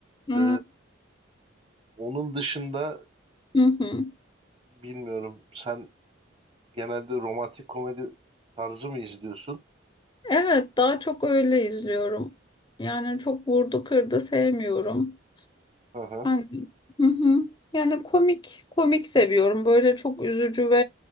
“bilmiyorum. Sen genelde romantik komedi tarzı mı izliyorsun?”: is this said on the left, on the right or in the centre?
Right